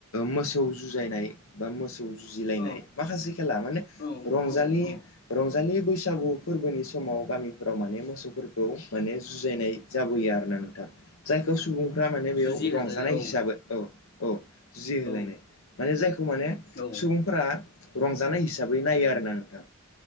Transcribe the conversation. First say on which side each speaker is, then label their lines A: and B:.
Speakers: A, on the left (about 75°); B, on the left (about 45°).
A: मोसौ जुजायनाय बा मोस जुजिलायनाय
B: औ
A: माखासे खेला माने
B: औ
A: रंजालि
B: औ औ
A: रंजालि बैसागु फोरबोनि समाव गामिफोराव माने मोसौफोरखौ माने जुजायनाय जाबोयो आरोना नोंथां। जायखौ सुबुंफ्रा माने बेयाव
B: जुजि होज्लायनाय
A: रंजानाय
B: औ
A: हिसाबै औ औ जुजि होलायनाय।
B: औ
A: जायखौ माने
B: औ
A: सुबुंफोरा रंजानाय हिसाबै नायो आरोना नोंथां?